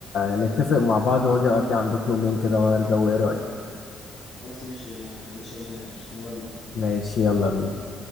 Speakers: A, on the left (about 75°); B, on the left (about 55°).
A: نتفق مع بعض واجي اقضي عندكم يومين كده اغير جو ايه رايك
B: خلاص ماشي انا ما عنديش اي مانع يا باشا تنورنا
A: ماشي يلا بينا